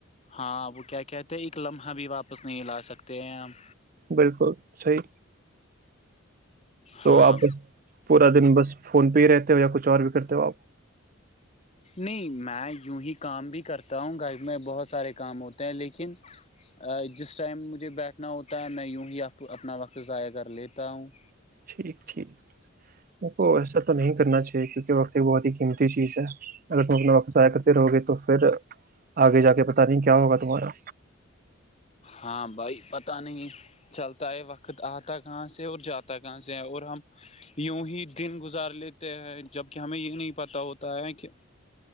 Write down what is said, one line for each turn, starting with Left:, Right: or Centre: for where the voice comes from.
Left: ہاں، وہ کیا کہتے ایک لمحہ بھی واپس نہیں لا سکتے ہیں ہم-
Right: بالکل, صحی- تو
Left: ہاں
Right: آپ بس پورا دن بس فون پہ ہی رہتے ہو یا کچھ اور بھی کرتے ہو آپ-
Left: نہیں، میں یوں ہی کام بھی کرتا ہوں گھر اس میں بہت سارے کام ہوتے ہیں لیکن- جس ٹائم مجھے بیٹھنا ہوتا ہے میں یوں ہی آ اپنا وقت ضائع کر لیتا ہوں-
Right: ٹھیک- ٹھیک م کو ایسا تو نہیں کرنا چاہیے کیونکہ وقت ایک بہت ہی قیمتی چیز ہے- اگر تم اپنے واقس آیا کرتے رہو گے تو پھر آگے جا کے بتا رہی کیا ہوگا تمہارا-
Left: ہاں بھائی پتا نہیں- چلتا ہے، وقت آتا کہاں سے اور جاتا کہاں سے اور ہم- یوں ہی دن گزار لیتے ہیں جب کہ ہمیں یہ نہیں پتا ہوتا ہے کہ-